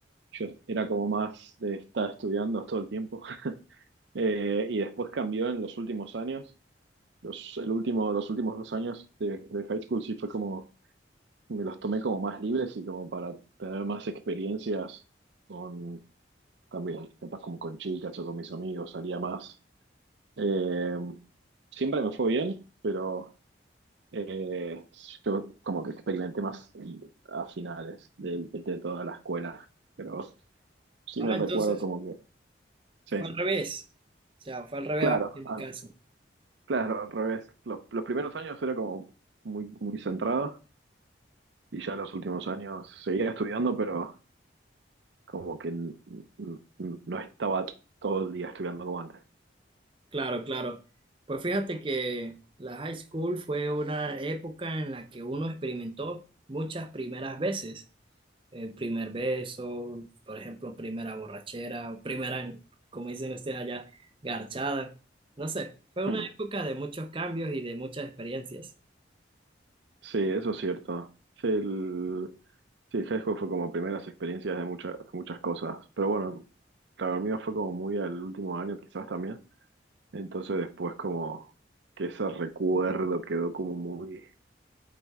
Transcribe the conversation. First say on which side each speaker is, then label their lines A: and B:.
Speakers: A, on the right; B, on the right.
A: Yo era como más de estar estudiando todo el tiempo. <laughs> Eh, y después cambió en los últimos años. Los, el último, los últimos dos años de, de high school sí fue como, me los tomé como más libres y como para tener más experiencias con, también, capaz como con chicas o con mis amigos, salía más. Eh, siempre me fue bien, pero eh, yo como que experimenté más a finales de, de toda la escuela, pero sí
B: Ah,
A: me recuerdo
B: entonces
A: como que, sí,
B: fue al revés, o sea, fue al revés
A: claro,
B: en mi
A: al-
B: caso.
A: claro, al revés. Los, los primeros años era como muy, muy centrado Y ya en los últimos años seguía estudiando, pero como que n- n- n- no estaba todo el día estudiando como antes.
B: Claro, claro. Pues fíjate que la high school fue una época en la que uno experimentó muchas primeras veces. El primer beso, por ejemplo, primera borrachera, o primera, como dicen ustedes allá, garchada. No sé, fue una
A: Hmm.
B: época de muchos cambios y de muchas experiencias.
A: Sí, eso es cierto. Sí, el, sí, el high school fue como primeras experiencias de muchas, muchas cosas. Pero bueno, claro, el mío fue como muy al último año quizás también. Entonces después como que ese recuerdo quedó como muy,